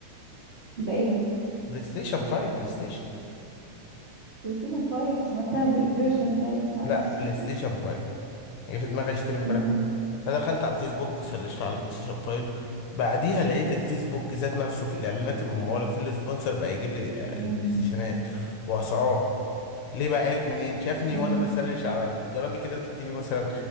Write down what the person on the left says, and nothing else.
بلاي ستيشن 5 بلاي ستيشن
لا بلاي
ستيشن 5 جه في دماغي اشتري امبارح
فدخلت على الفيسبوك سرشت على بلاي ستيشن 5 بعديها لقيت الفيسبوك ذات نفسه في الاعلانات المموله في السبونسر بقى يجيب لي
البلاي ستيشنات واسعار ليه بقى عرف منين شافني
وانا بسرش على ال- جربي كده تكتبي مثلا